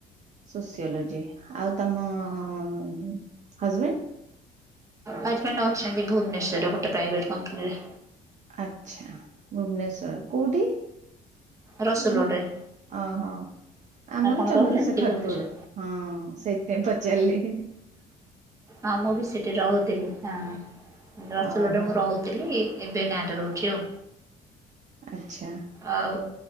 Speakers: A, on the right; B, on the right.
A: ସୋସିଓଲୋଜି ଆଉ ତମ ହଜବେଣ୍ଡ
B: ହଜବେଣ୍ଡ ଅଛନ୍ତି ଭୁବନେଶ୍୍ୱରରେ ଗୋଟେ ପ୍ରାଇଭେଟ କମ୍ପାନୀରେ
A: ଆଚ୍ଛା ଭୁବନେଶ୍ଵର କୋଉଠି?
B: ରସୁଲଗଡ଼ରେ
A: ମୁଁ ଅହଁ। ଆମର
B: ଆପଣ
A: ଚନ୍ଦ୍ରଶେଖରପୁର
B: ରହୁଛନ୍ତି କି ଭୁବନେଶ୍ୱର
A: ହଁ ସେଇଥିପାଇଁ ପଚାରଲି।
B: ଆଉ ମୁଁ ବି ସେଠି ରହୁଥିଲି ହଁ ରସୁଲଗଡରେ
A: ଓହୋ
B: ମୁଁ ରହୁ ଥିଲି ଏବେ ଗାଁରେ ରହୁଚି ଆଉ।
A: ଆଚ୍ଛା।
B: ଆଉ